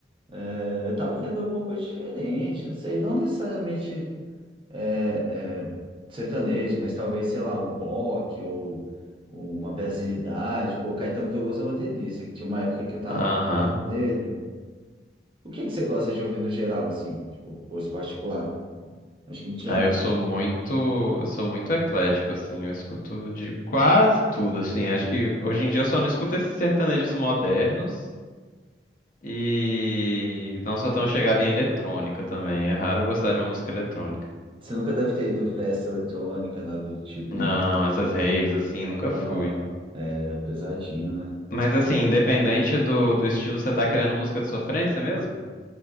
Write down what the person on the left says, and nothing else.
aham.
Ah, eu sou muito, eu sou muito eclético, assim, eu escuto de quase tudo, assim, acho que hoje em dia eu só não escuto esses sertanejos modernos e não sou tão chegado em eletrônica também, é raro eu gostar de uma música eletrônica.
Não,
essas raves, assim, nunca fui.
Mas, assim, independente do, do estilo, você tá querendo música de sofrência mesmo? O